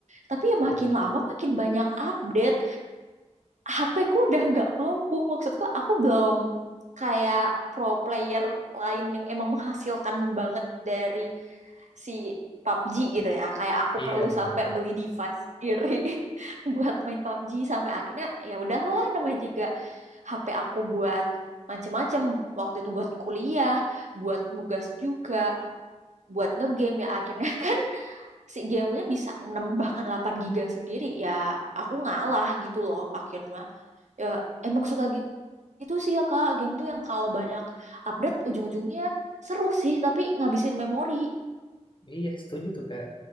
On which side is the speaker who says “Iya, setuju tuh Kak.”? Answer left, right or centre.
Left